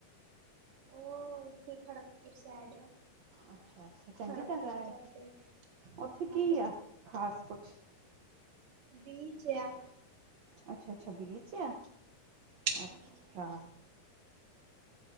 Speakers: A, on the right (about 45°); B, on the right (about 85°).
A: ਉਹ ਓਥੇ ਖੜਗਪੁਰ ਸੈਡ ਆ।
B: ਅੱਛਾ-ਅੱਛਾ, ਚੰਗੀ
A: ਖੜਗਪੁਰ
B: ਜਗ੍ਹਾ ਐ,
A: ਤੋਂ ਅੱਗੇ
B: ਏਥੇ
A: ਹਾਂਜੀ
B: ਕੀ ਆ ਖਾਸ ਕੁਛ?
A: ਬੀ ਚੇ ਯਾ
B: ਅੱਛਾ-ਅੱਛਾ, ਬੀਚ ਆ
A: ਹਾਂਜੀ
B: ਅੱਛਾ।